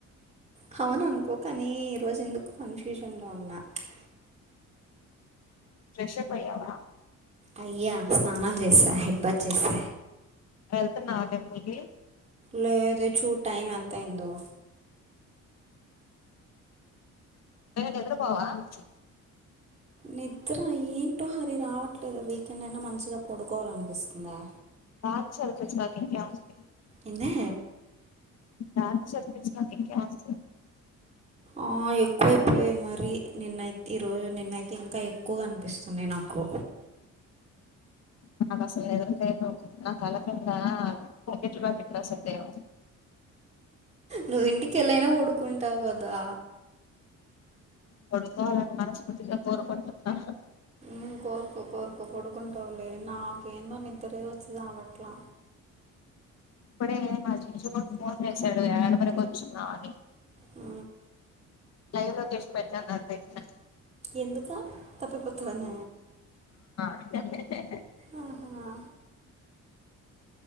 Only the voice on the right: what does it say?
హవును అనుకో కాన్నిర్ రోజు ఎందుకు కన్ఫ్యూజన్లో ఉన్న ప్చ్
అయ్యా స్నానం చేసా, హెడ్బత్ చేసా
లేదే చూడ్ టైమ్ ఎంతయిందో
నిద్ర ఏంటో హరి రావట్లేదు. వీకెండ్ అయినా మంచిగా పడుకోవాలనిపిస్తుందా
ఏందె
ఆ ఎక్కువైపోయాయి. మరి నిన్నై ఈరోజు నిన్నైతే, ఇంకా ఎక్కువగా అనిపిస్తున్నాయి. నాకు
నువ్వు ఇంటికి వెళ్ళైనా పడుకుంటావు కదా
హ్మ్ కోరుకో, కోరుకో పడుకుంటావులే, నాకేందో నిద్దరే వచ్చి అవట్లా
ఆ
ఎందుక తప్పిపోతుందన్న
ఆహ